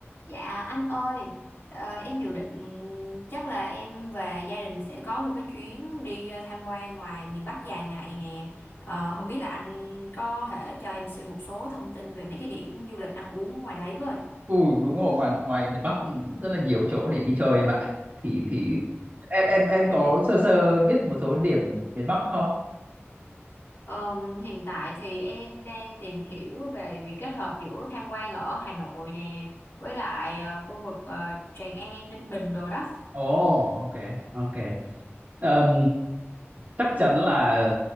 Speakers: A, on the left; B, on the right.
A: Dạ anh ơi, ờ, em dự định chắc là em và gia đình sẽ có một cái chuyến đi ờ, tham quan ngoài miền Bắc dài ngày nè. Ờ, không biết là anh có thể cho em xin một số thông tin về mấy cái điểm du lịch ăn uống ở ngoài đấy với.
B: Ừ, đúng rồi ngoài ngoài miền Bắc rất là nhiều chỗ để đi chơi em ạ thì thì em em em
A: Dạ.
B: có sơ sơ biết một số điểm miền Bắc không?
A: Ờm, hiện tại thì em đang tìm hiểu về việc kết hợp giữa tham quan ở Hà Nội nè với lại ờ, khu vực ờ, Tràng An, Ninh Bình đồ đó.
B: Ồ, ok ok Ờm, chắc chắn là